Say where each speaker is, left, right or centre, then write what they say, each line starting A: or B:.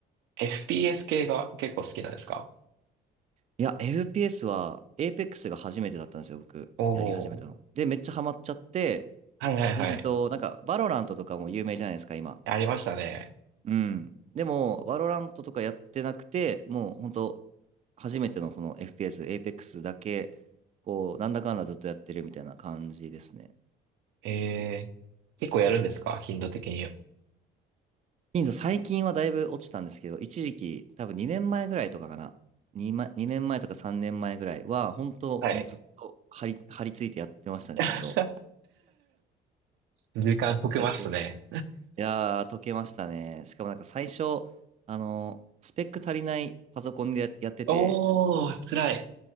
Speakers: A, on the right; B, on the right.
A: FPS 系が結構好きなんですか
B: いや、FPS は、エイペックスが初めてだったんですよ、僕。
A: お
B: やり始めたの。
A: ー、
B: で、めっちゃハマっちゃって、
A: はいはいはい。
B: うんと、なんか、バロラントとかも有名じゃないですか、今。
A: ありましたね。
B: うん。でも、バロラントとかやってなくて、もう本当初めてのその FPS、Apex だけ、こう、なんだかんだずっとやってるみたいな感じですね。
A: えー、結構やるんですか頻度的に。
B: 頻度最近はだいぶ落ちたんですけど、一時期、多分2年前ぐらいとかかな。2、2年前とか3年前ぐらいは、本当もうずっと張り、
A: はい。
B: 張り付いてやってましたね、
A: <laughs>
B: ずっと。
A: 時間解けますね。
B: めっちゃやってました。いやー、解けましたね。しかもなんか最初、あの、スペック足りないパソコンでややってて、
A: おー、辛い。